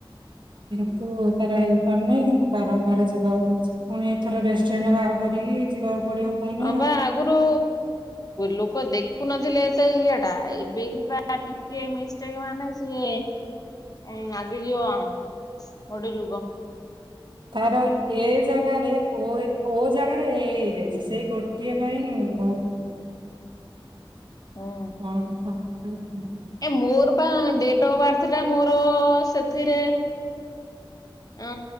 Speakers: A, on the right; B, on the left.
A: କିନ୍ତୁ ତାର ଏ ଅନେଇ- ବାରମ୍ବାର ଯିବାକୁ ପଡୁଚି। ପୁଣି ଏଥର ରେସଟେଣ୍ଟ ବାହାରକୁ - କରିକି ଯିବାକୁ ପଡିବ ପୁଣି
B: ହଁ
A: ଆଉ
B: ବା ଆଗରୁ ଲୋକ ଦେଖ ଖି ନଥିଲେ ତ ଇଏ ଟା। ଆ ଏବେ ଯିବା ଟା ଟିକେ ମିଷ୍ଟେକ ମାନେ ସିଏ ଏ ନାଗି ଯିବ ଗୋଟେ ଯୁଗ।
A: ତାର ଏ ଜାଗାରେ ଓ- ଓ ଜାଗାରେ ଏ ହେଇଯାଇଚି ସେଇ ଗୋ ଏଥି ପାଇଁ ବହୁତ
B: ହଁ।
A: ହଁ, ହଁ, ହଁ।
B: ଏ ମୋର ବା ଡେଟ୍ ଅଫ ବାର୍ଥ ଟା ମୋର ସେ ଥିରେ ଅ